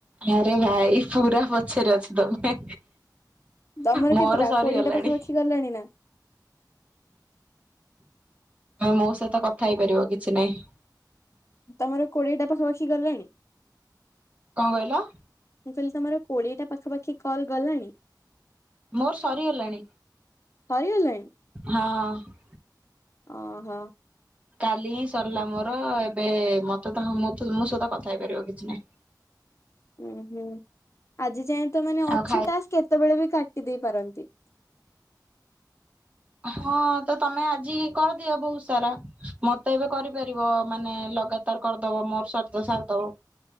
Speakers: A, on the right; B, on the left.
A: ଆରେ ଭାଇ ପୁରା ପଛରେ ଅଛ ତମେ।
B: ତମର
A: ମୋର
B: କେତେଟା
A: ସରିଗଲାଣି।
B: କୋଡିଏଟା ପାଖାପାଖି ଗଲାଣି ନା
A: ମୋ ସହିତ କଥା ହେଇପାରିବ କିଛି ନାହିଁ।
B: ତମର କୋଡେଇଟା ପାଖା ପାଖି ଗଲାଣି?
A: କଣ କହିଲ?
B: ମୁଁ କହିଲି ତମର କୋଡିଏଟା ପାଖାପାଖି କଲ୍ ଗଲାଣି?
A: ମୋର ସରିଗଲାଣି।
B: ସରିଗଲାଣି
A: ହଁ
B: ଓହୋ
A: କାଲି ହିଁ ସରିଲା ମୋର ଏବେ ମତେ ତ ମୋ ସହିତ କଥା ହେଇପାରିବ କିଛି ନାହିଁ।
B: ଉଁ ହୁଁ ଆଜି ଯାଏଁ ତ ମାନେ
A: ଆଉ
B: ଅଛି
A: ଖାଇ
B: ଟାସ୍ କେତେବେଳେ ବି କାଟି ଦେଇ ପାରନ୍ତି।
A: ହଁ ତ ତମେ ଆଜି କରିଦିଅ ବହୁତ ସାରା ମତେ ଏବେ କରିପାରିବ ମାନେ ଲଗା ତାର କରିଦବ ମୋର ସଦ୍ଦ ସାରିଦବ